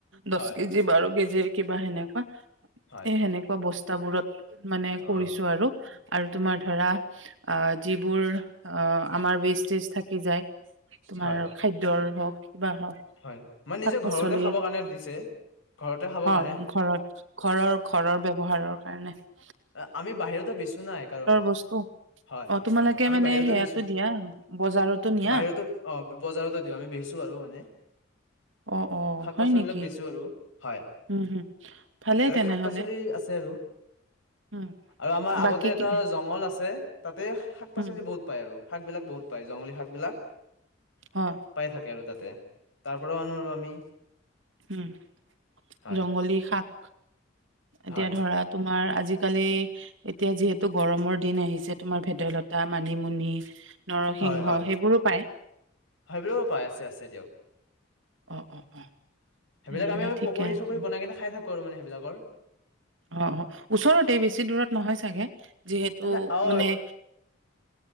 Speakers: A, on the right (about 75°); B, on the left (about 75°).
A: দশ
B: হয়
A: কেজি বাৰ কেজি কিবা সেনেকুৱা
B: হয়
A: এ সেনেকুৱা <unintelligible> তাবোৰত মানে
B: অ
A: কৰিছোঁ‌ আৰু আৰু তোমাৰ ধৰা আ যিবোৰ আ আমাৰ বিজ তিজ থাকি যায়। তোমাৰ
B: হয়
A: খাদ্যৰ হওক বাহ
B: হয় মানে নিজে
A: শাক পাচলিৰ,
B: ঘৰতে খাব কাৰণে দিছে ঘৰতে খাব
A: হয়
B: কাৰণে
A: ঘৰত ঘৰৰ ঘৰৰ ব্যৱহাৰৰ দৰকাৰ নাই
B: আ আমি বাহিৰতো বেচো না কাৰণে,
A: বস্তু
B: হয়-হয়
A: অ তোমালোকে
B: আমি
A: মানে
B: বাহিৰতো
A: সেয়াতো
B: বেচো,
A: দিয়া বজাৰতো নিয়া
B: বাহিৰতো, অ বজাৰতো দিওঁ, আমি বেচো আৰু মানে।
A: অ অ
B: শাক
A: হয়
B: পাচলিবিলাক
A: নেকি,
B: বেচো আৰু হয়
A: হম হম, ভালেই
B: ইয়াতে
A: তেনেহলে।
B: শাক পাচলি আছে আৰু
A: উম
B: আৰু আমাৰ আগতে
A: বাকী কি-
B: এটা জংঘল আছে। তে শাক পাচলি
A: উম
B: বহুত পায় আৰু। শাকবিলাক বহুত পায় জংলী শাক বিলাক,
A: হয়
B: পাই থাকে আৰু তাতে, তাৰ পৰাও আনো আৰু আমি।
A: উম
B: হয়
A: জংগলী শাক এতিয়া
B: হয়
A: ধৰা তোমাৰ আজ ইকালি এতিয়া যিহেতু গৰমৰ দিন আহিছে, তোমাৰ ভেদাইলতা, মানিমুনি নৰসিংহ
B: হয় হয়,
A: সেইবোৰো পায়
B: হবেউ পাই আছে আছে দিয়ক।
A: অ অ অ
B: সেইবিলাক
A: তেনেহলে
B: আমি মানে
A: ঠিকে
B: পকৰী
A: আছে
B: চকৰি বনাই কেনে খাই থাক কৰোঁ‌ মানে সেইবিলাকৰ
A: অ অ ওচৰতে বেছি দূৰত নহয় চাগে, যিহেতু
B: না অ
A: মানে